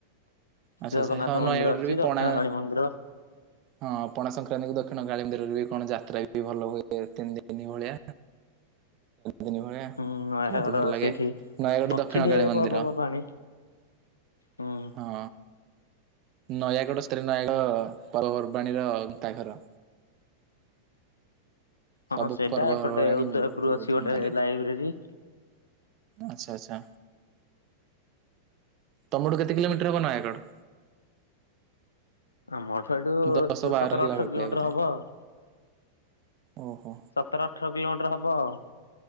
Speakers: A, on the right; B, on the left.
A: ଆଚ୍ଛା
B: ଜଗନ୍ନାଥ
A: ଆଚ୍ଛା ହଁ
B: ମନ୍ଦିର
A: ନୟାଗଡରେ
B: ଅଛି
A: ବି
B: ଦକ୍ଷିଣ
A: ପଣା
B: କାଳୀ ମନ୍ଦିର
A: ହଁ ପଣା ସଂକ୍ରାନ୍ତି କୁ ଦକ୍ଷିଣ କାଳୀ ମନ୍ଦିରରେ ବି କଣ ଯାତ୍ରା ବି ଭଲ ହୁଏ ତିନି ଦିନ ଭଳିଆ ଦିନ ଭଳିଆ
B: ହୁଁ ନୟାଗଡ
A: ବହୁତ ଭଲ ଲାଗେ
B: ସେଇଠି
A: ନୟାଗଡ଼
B: ଅଛି
A: ଦକ୍ଷିଣ
B: ଢେରେ
A: କାଳୀ ମନ୍ଦିର
B: ପର୍ବପର୍ବାଣି ହୁଁ।
A: ହଁ। ନୟାଗଡ଼ ସ୍ତ୍ରୀ <unintelligible> ପର୍ବପର୍ବାଣିର ଗନ୍ତାଘର।
B: ହଁ
A: ସବୁ
B: ସେଇଟା
A: ପର୍ବପର୍ବାଣୀ
B: ଏପଟେ ଉଦୟପୁର
A: ବହୁତ
B: ଅଛି
A: ଧୁମଧାମରେ
B: ଗୋଟେ ଲାଇବ୍ରେରୀ
A: ଆଚ୍ଛା ଆଚ୍ଛା ତମଠୁ କେତେ କିଲୋମିଟର ହବ ନୟାଗଡ଼?
B: ମୋ ମୋଠୁ
A: ଦଶ ବାର
B: ସତର
A: ହେଲା
B: ଅଠର
A: ଭଳିଆ
B: କିଲୋମିଟର
A: ବୋଧେ
B: ହବ ଆଉ।
A: ଓହୋ
B: ସତର ଅଠର କିଲୋମିଟର ହବ ହବ ଆଉ।